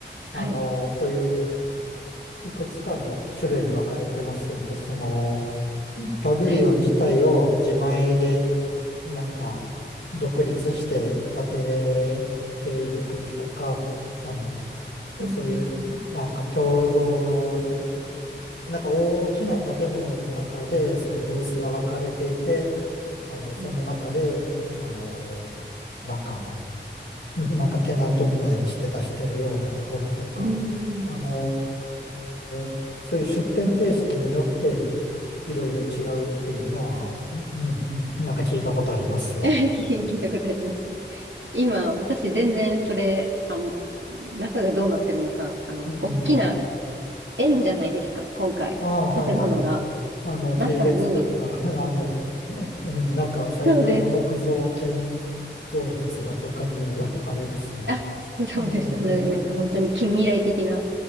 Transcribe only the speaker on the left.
あの、
そういういくつかの種類に分かれてますよね。その、パビリオン自体を自前で
なんか独立して建てている国とか、あの、
そういうなんか共同で、
なんか大きな建物の中でそのブースが分かれていて、あの、その中で、
あの、なんかなんかテナントみたいにして出してるようなところとか、
あのーそういう出店形式によっていろいろ違うっていうのは、うん、なんか聞いたことありますよ。
うん。
ああー、はいはい。
あの、木で作った、
<laughs> あの、うん、なんか最大の木造建
造物だとかいう、<laughs> あれですね。
うん、
うん、